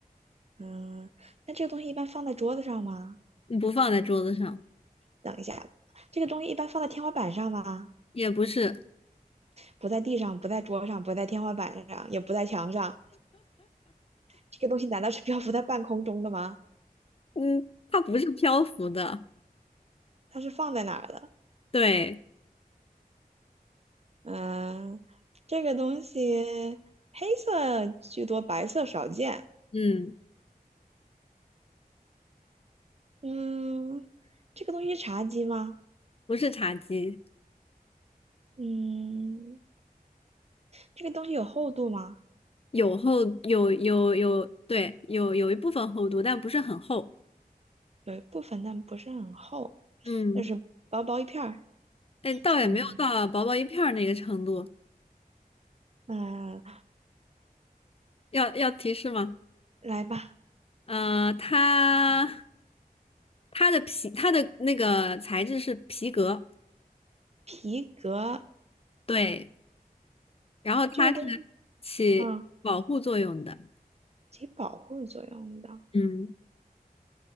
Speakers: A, on the right; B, on the left.
A: 嗯，那这个东西一般放在桌子上吗？
B: 不放在桌子上，
A: 等一下，这个东西一般放在天花板上吗？
B: 也不是，
A: 不在地上，不在桌上，不在天花板上，也不在墙上。这个东西难道是 <laughs> 漂浮在半空中的吗？
B: 嗯，它不是漂浮的，
A: 它是放在哪儿的？
B: 对，
A: 嗯，这个东西黑色居多，白色少见。
B: 嗯。
A: 嗯，这个东西是茶几吗？
B: 不是茶几，
A: 嗯，这个东西有厚度吗？
B: 有厚有有有，对，有有一部分厚度，但不是很厚。
A: 有一部分，但不是很厚，
B: 嗯，
A: 就是薄薄一片儿。
B: 哎，倒也没有到薄薄一片儿那个程度。
A: 嗯，那、
B: 要要提示吗？
A: 来吧。
B: 呃，它它的皮，它的那个材质是皮革，
A: 皮革
B: 对，然后它是起保护作用的。
A: 这个东西啊，起保护作用的，
B: 嗯，